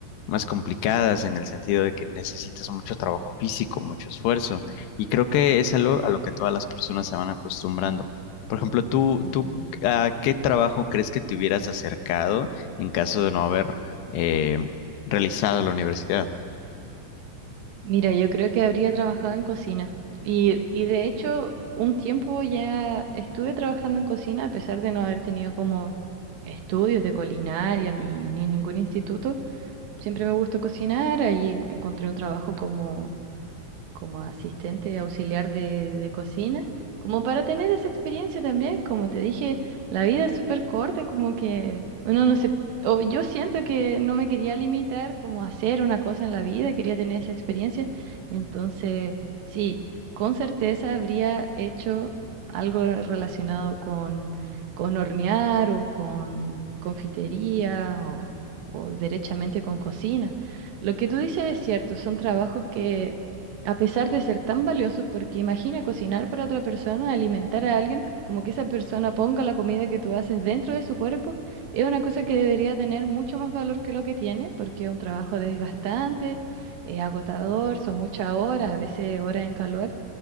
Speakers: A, on the left (about 75°); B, on the right (about 75°).
A: más complicadas en el sentido de que necesitas mucho trabajo físico, mucho esfuerzo. Y creo que es algo a lo que todas las personas se van acostumbrando. Por ejemplo, tú,
B: Ujú.
A: tú, ¿a qué trabajo crees que te hubieras acercado en caso de no haber eh, realizado la universidad?
B: Mira, yo creo que habría trabajado en cocina. Y, y de hecho, un tiempo ya estuve trabajando en cocina, a pesar de no haber tenido como estudios de culinaria ni, ni en ningún instituto. Siempre me gustó cocinar, ahí encontré un trabajo como como asistente auxiliar de, de cocina, como para tener esa experiencia también, como te dije, la vida es súper corta, como que uno no se, o yo siento que no me quería limitar como a hacer una cosa en la vida, quería tener esa experiencia, entonces sí, con certeza habría hecho algo relacionado con, con hornear o con confitería o o derechamente con cocina. Lo que tú dices es cierto, son trabajos que a pesar de ser tan valiosos, porque imagina cocinar para otra persona, alimentar a alguien, como que esa persona ponga la comida que tú haces dentro de su cuerpo, es una cosa que debería tener mucho más valor que lo que tiene, porque es un trabajo desgastante, es agotador, son muchas horas, a veces horas en calor,